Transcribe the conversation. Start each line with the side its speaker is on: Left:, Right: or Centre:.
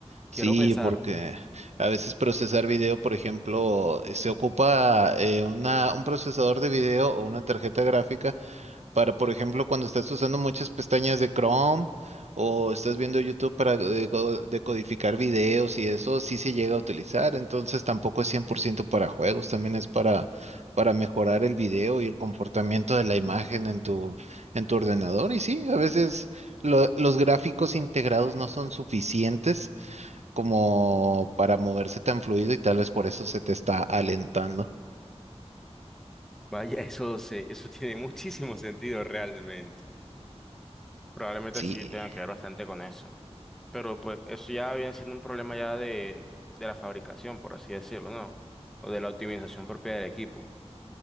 Centre: Quiero
Right: Sí,
Centre: pensar,
Right: porque a veces procesar video, por ejemplo, eh, se ocupa eh, una, un procesador de video o una tarjeta gráfica para, por ejemplo, cuando estás usando muchas pestañas de Chrome o estás viendo YouTube para deco- decodificar videos y eso sí se llega a utilizar. Entonces tampoco es 100% para juegos, también es para, para mejorar el video y el comportamiento de la imagen en tu, en tu ordenador. Y sí, a veces lo- los gráficos integrados no son suficientes como para moverse tan fluido y tal vez por eso se te está alentando.
Centre: vaya, eso se, eso <laughs> tiene muchísimo sentido realmente. Probablemente
Right: Sí.
Centre: sí tenga que ver bastante con eso. Pero pues eso ya viene siendo un problema ya de, de la fabricación, por así decirlo, ¿no? O de la optimización propia del equipo.